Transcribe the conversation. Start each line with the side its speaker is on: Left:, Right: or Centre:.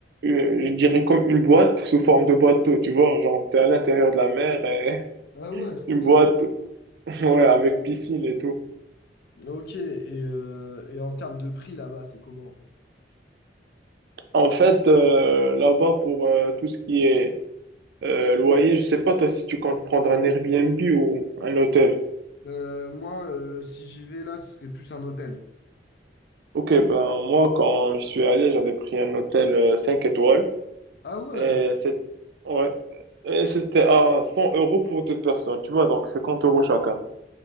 Right: euh, je dirais comme une boîte sous forme de bateau, tu vois. Genre, t'es à l'intérieur de la mer et <laughs>
Left: Ah ouais, trop
Right: une
Left: bien.
Right: boîte, <laughs> ouais, avec piscine et tout.
Left: Ok, et, euh, et en termes de prix là-bas, c'est comment?
Right: En fait, euh, là-bas, pour euh, tout ce qui est Euh, loyer, je sais pas toi si tu comptes prendre un Airbnb ou un hôtel.
Left: Euh, moi, euh, si j'y vais là, ce serait plus un hôtel.
Right: Ok, ben moi quand je suis allé, j'avais pris un hôtel euh, 5 étoiles
Left: Ah ouais,
Right: et c'est ouais et c'était à 100 euros pour deux personnes, tu vois, donc 50 euros chacun.